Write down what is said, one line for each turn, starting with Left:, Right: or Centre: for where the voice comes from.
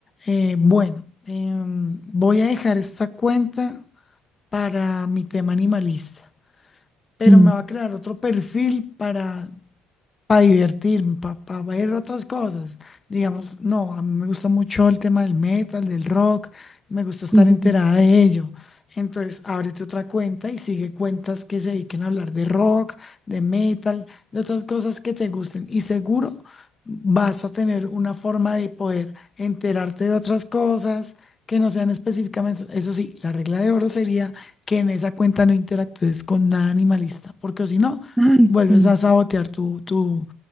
Left: eh, bueno, em, voy a dejar esta cuenta para mi tema animalista, pero
Centre: sí,
Left: me va a crear otro perfil para para divertirme, para ver otras cosas. Digamos, no, a mí me gusta mucho el tema del metal, del rock, me gusta estar
Centre: sí, sí,
Left: enterada
Centre: sí.
Left: de ello. Entonces, ábrete otra cuenta y sigue cuentas que se dediquen a hablar de rock, de metal, de otras cosas que te gusten. Y seguro vas a tener una forma de poder enterarte de otras cosas que no sean específicamente. Eso sí, la regla de oro sería que en esa cuenta no interactúes con nada animalista, porque si no,
Centre: Ay, sí.
Left: vuelves a sabotear tu, tu,